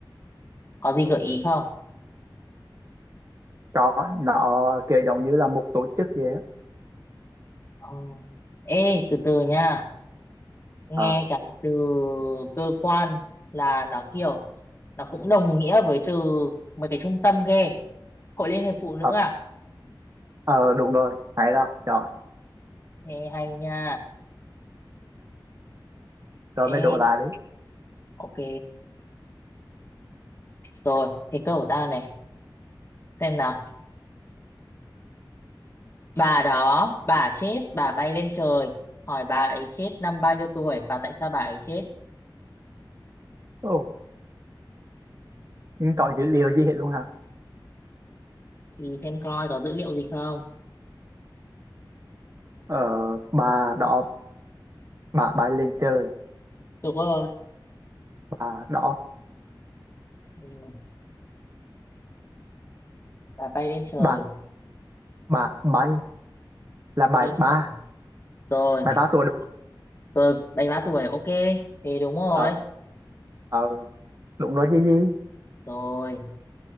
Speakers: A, on the left; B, on the right.
A: có gì gợi ý không
B: chó nó kiểu giống như là một tổ chức vậy á.
A: Ờ. ê từ từ nha nghe
B: ờ
A: cái từ cơ quan là nó kiểu nó cũng đồng nghĩa với từ mấy cái trung tâm ghê hội liên hiệp phụ nữ
B: ờ,
A: à
B: ờ đúng rồi hay đó rồi
A: ê hay nha
B: rồi mới
A: ê
B: đổ lại đấy
A: ok rồi thế câu của ta này xem nào bà đó bà chết bà bay lên trời hỏi bà ấy chết năm bao nhiêu tuổi và tại sao bà ấy chết
B: ồ nhưng có dữ liệu gì hết luôn hả
A: thì xem coi có dữ liệu gì không
B: ờ bà đó bà bay lên trời
A: Đúng rồi.
B: bà đó
A: Ừ. Bà bay lên trời,
B: bà bà bay là bảy
A: lên
B: ba
A: trời. Rồi,
B: bảy ba tuổi đúng không
A: tôi bảy ba tuổi, ok. Thì đúng rồi.
B: ờ ờ đúng rồi chứ gì
A: Rồi,